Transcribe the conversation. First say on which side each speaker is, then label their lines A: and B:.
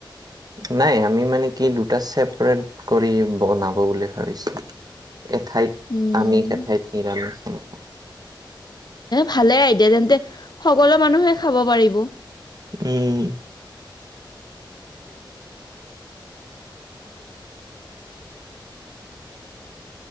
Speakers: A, on the right; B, on the left.
A: নাই আমি মানে কি দুটা ছেপাৰেট কৰি বনাব বুলি ভাবিছো। এঠাইত
B: উম
A: আমিষ, এঠাইত নিৰামিষ।
B: ভালে আইদিয়া তেন্তে, সকলো মানুহে খাব পাৰিব।
A: উম।
B: <unintelligible>